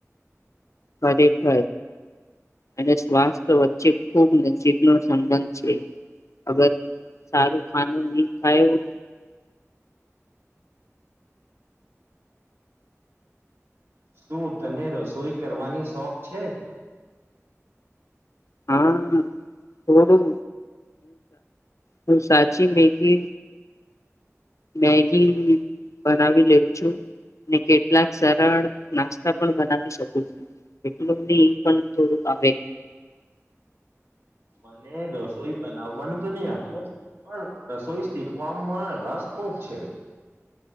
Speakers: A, on the left; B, on the right.
A: ખરેખર અને સ્વાસ્થ્ય વચ્ચે ખૂબ નજીક નો સંબંધ છે અગર સારું ખાનું નહી ખાયું
B: શું તને રસોઈ કરવાની શોખ છે?
A: હા થોડું હુ સાચી મેગી બનાવી લેઉ છું. અને કેટલાક સરળ નાસ્તા પણ બનાવી શકું છું. એટલું નહી એ પણ થોડુંક આવે
B: મને રસોઈ બનાવવાનું તો નહી હતું પણ રસોઈ શીખવામાં રસ ખૂબ છે.